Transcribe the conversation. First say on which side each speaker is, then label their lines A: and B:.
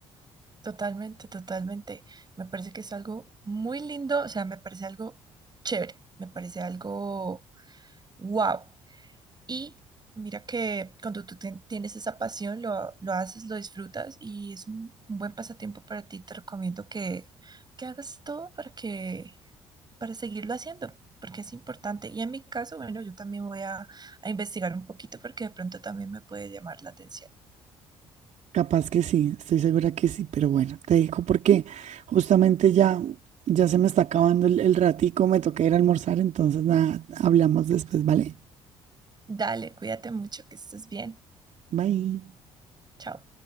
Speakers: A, on the right; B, on the right.
A: Totalmente, totalmente. Me parece que es algo muy lindo, o sea, me parece algo chévere, me parece algo wow. Y mira que cuando tú ten- tienes esa pasión, lo, lo haces, lo disfrutas y es un, un buen pasatiempo para ti. Te recomiendo que, que hagas todo para que, para seguirlo haciendo, porque es importante. Y en mi caso, bueno, yo también voy a, a investigar un poquito porque de pronto también me puede llamar la atención.
B: Capaz que sí, estoy segura que sí, pero bueno, te digo porque justamente ya, ya se me está acabando el, el ratico, me toca ir a almorzar, entonces nada, hablamos después, ¿vale?
A: Dale, cuídate mucho, que estés bien.
B: Bye.
A: Chao.